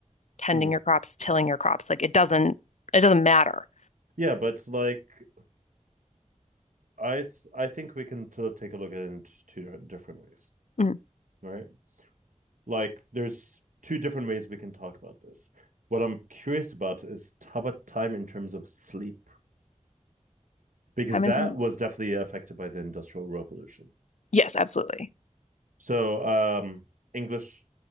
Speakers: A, on the left; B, on the right.
A: tending
B: mm.
A: your crops, tilling your crops. Like it doesn't, it doesn't matter.
B: Yeah, but like, I I think we can t- take a look at it in two different ways.
A: Mm,
B: Right? like there's two different ways we can talk about this. What I'm curious about is how about time in terms of sleep? Because
A: time
B: that
A: and time.
B: was definitely affected by the Industrial Revolution.
A: Yes, absolutely.
B: So um English,